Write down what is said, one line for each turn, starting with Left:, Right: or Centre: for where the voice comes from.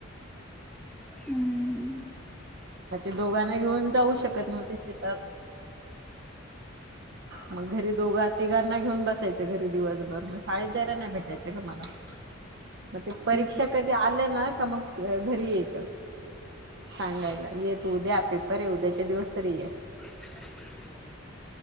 Centre: हम्म.
Right: मग ते दोघांना घेऊन जाऊ शकत नव्हते शेतात. मग घरी दोघं तिघांना घेऊन बसायच घरी दिवसभर, मग शाळेत जायला नाही भेटायचं गं मला. मग ते परीक्षा
Centre: हं.
Right: कधी आल्या ना, का मग घरी यायचं. सांगायला येे तू उद्या पेपर आहे, उद्याच्या दिवस तरी ये.
Centre: <inaudible>